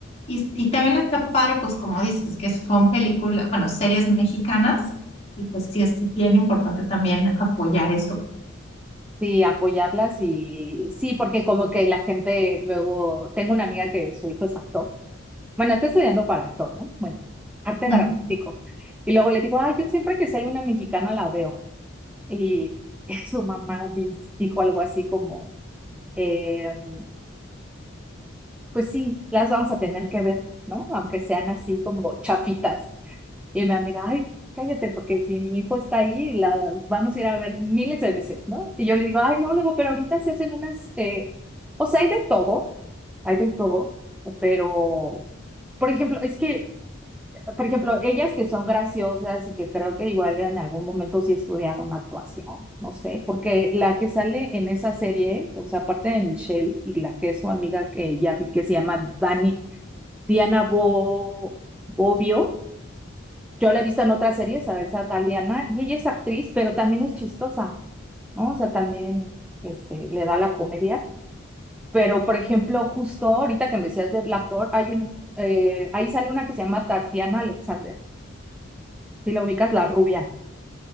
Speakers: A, on the left; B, in the centre.
A: Y, y también está padre, pues como dices, que son películas, bueno, series mexicanas y pues sí es bien importante también apoyar eso.
B: Sí, apoyarlas y sí, porque como que la gente luego, tengo una amiga que su hijo es actor. Bueno, está estudiando para actor, ¿no? Bueno, arte
A: Ujú.
B: dramático. Y luego le digo, ay, yo siempre que sale una mexicana la veo. Y <laughs> su mamá dis- dijo algo así como, em, Pues sí, las vamos a tener que ver, ¿no? Aunque sean así como chafitas. Y mi amiga, ay, cállate, porque si mi hijo está ahí, la vamos a ir a ver miles de veces, ¿no? Y yo le digo, ay, no, le digo, pero ahorita se hacen unas, eh... o sea, hay de todo, hay de todo, pero, por ejemplo, es que, por ejemplo, ellas que son graciosas y que creo que igual en algún momento sí estudiaron actuación, no sé, porque la que sale en esa serie, o sea, aparte de Michelle y la que es su amiga que ya vi que se llama Dani Diana Bo- Bobbio. Yo la he visto en otras series, a esa tal Diana, y ella es actriz, pero también es chistosa, ¿no? O sea, también este, le da la comedia. Pero, por ejemplo, justo ahorita que me decías de Black Door, hay un, eh, ahí sale una que se llama Tatiana Alexander. Si la ubicas, la rubia,